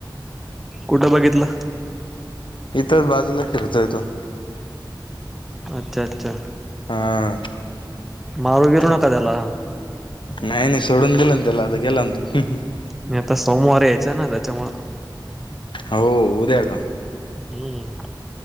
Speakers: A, in the centre; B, on the left.
A: कुठं बघितलं.?
B: इथंच बाजूला फिरतोय तो
A: अच्छा अच्छा
B: हा
A: मारू गिरू
B: तर
A: नका त्याला
B: नाही नाही सोडून दिलं ना त्याला आता गेला ना तो
A: नाही आता सोमवार यायचं ना त्याच्यामुळे
B: हो उद्या का
A: हम्म